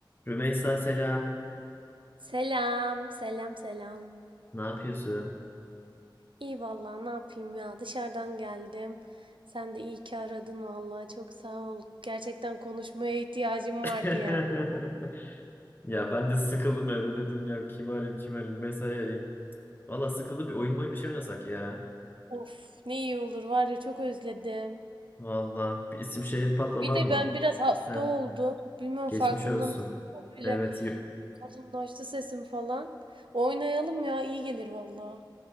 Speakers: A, on the left (about 25°); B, on the right (about 85°).
A: Rümeysa selam.
B: Selam, selam, selam.
A: Ne yapıyorsun?
B: İyi vallahi ne yapayım ya dışarıdan geldim. Sen de iyi ki aradın vallahi çok sağ ol. Gerçekten konuşmaya ihtiyacım
A: <laughs>
B: vardı yani.
A: Ya ben de sıkıldım evde dedim ya kimi arayayım kimi arayayım Rümeysa'yı arayayım. Valla sıkıldı bir oyun oyun bir şey oynasak ya.
B: Of ne iyi olur var ya çok özledim.
A: Valla bir isim şehir patlamaz
B: Bir de
A: mı?
B: ben biraz hasta
A: Heh,
B: oldum. Bilmem
A: geçmiş
B: farkında
A: olsun.
B: mısın? Böyle
A: Evet yo-
B: kalınlaştı sesim falan. Oynayalım ya iyi gelir vallahi.